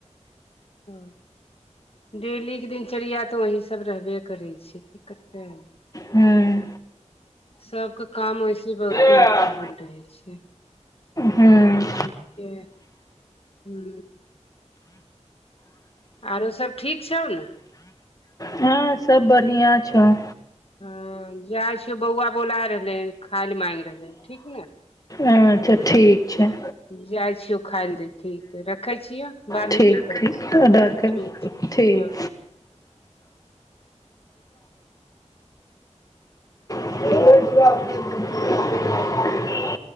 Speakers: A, on the left (about 50°); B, on the left (about 30°).
A: ओ डेली के दिनचर्या तऽ वही सब रहबे करै छी की करते
B: हॅं
A: सबके काम वैसे बहुत
B: <unintelligible>
A: अथी होल रहै छै
B: हू
A: ठीके हू आरो सभ ठीक छौ ने
B: हँ सब बढ़िया छौ
A: हऽ जाइ छियौ बौआ बोला रहले खाय लऽ मागि रहलै ठीक ने
B: अच्छा ठीक छै
A: जाइ छियौ खाय ले दै ले ठीक रखै छियौ, बादमे
B: ठीक
A: फेर करबौ।
B: ठीक
A: फेर
B: राखै
A: ठीक छै
B: ठीक
A: हँ।
B: <unintelligible>